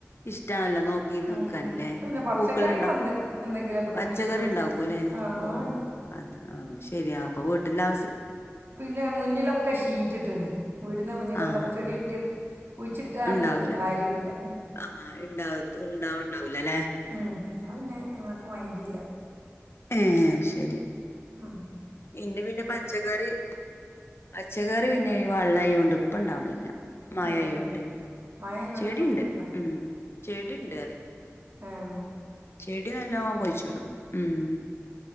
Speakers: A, on the left; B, on the right.
A: ഇഷ്ടാണല്ലോ നോക്കി
B: ഇപ്പം
A: നിക്കാനല്ലേ
B: പിന്നെ പച്ചക്കറികൾ
A: പൂക്കള്ണ്ടാ
B: എന്ത് എന്തെങ്കിലുമൊക്കെ
A: പച്ചക്കറിണ്ടാകൂലേ
B: കുഴിച്ചിടും ആ
A: ഓഹ്
B: അത് ഉണ്ടാക്കും
A: അത് ശരിയാ അപ്പൊ വീട്ടിലാ
B: പിന്നെ മുന്നിലൊക്കെ ഷീറ്റിട്ട്ണ് വീടിൻ്റെ മുന്നിലൊക്കെ
A: ആഹ്
B: അപ്പോ ചെടി കുഴിച്ചിട്ടാ
A: ഉണ്ടാവൂല
B: അതിനൊട്ട് കാര്യവുല്ല
A: ആഹ് ഇണ്ടാവത്തു ഉണ്ടാവുണ്ടാവൂലലേ
B: ഉം ഞാൻ പിന്നെ അയ്മക്ക് മയ്ന്റില്ല
A: ഏഹ് ശരി
B: അങ്ങനെ
A: ഇന്റെ പിന്നെ പച്ചക്കറി പച്ചക്കറി പിന്നെ വള്ളായോണ്ടിപ്പണ്ടാവ്ണില്ല മഴായോണ്ടേ
B: ഉം മഴ എന്നോട്
A: ചെടിണ്ട്
B: മ- എന്താ
A: ഉം ചെടിണ്ട് പറയ
B: ആഹ്
A: ചെടി നല്ലോം കുയ്ച്ച്ടും ഹ്മ്മ്,